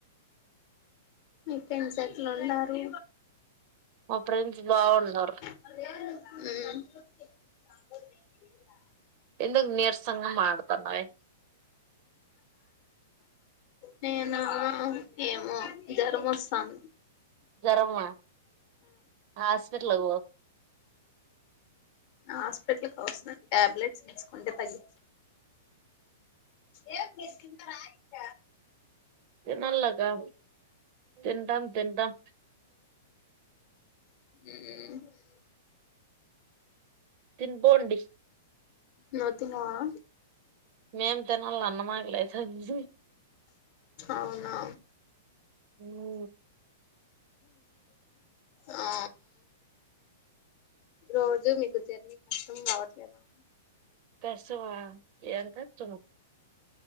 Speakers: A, on the left; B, on the right.
A: మీ పోయిన్ సెట్లు ఉన్నారు
B: మా ఫ్రెండ్స్ బాగున్నారు
A: హ్మ్
B: ఎందుకు నీర్సంగా మాట్లాతన్నావే
A: నేనా ఏమో జ్వరంమోస్తంది
B: జరమా హాస్పిటల్ కి పో
A: హాస్పిటల్కి అవసరం టాబ్లెట్స్ తేచ్చుకుంటే తగ్గి ఏ మీకింట రా ఇంక
B: తినల్ల గా తింటాం తింటాం
A: మ్
B: తిన్ డోన్ డిస్
A: నువ్వు తిన్నావా
B: మేం తిన్నాలా అన్నమాకి లైతంది
A: అవునా
B: మ్
A: ఆ రోజు మీకు జర్నీ కష్టం రావట్లేదా
B: కర్సువా ఎం ఖర్చులు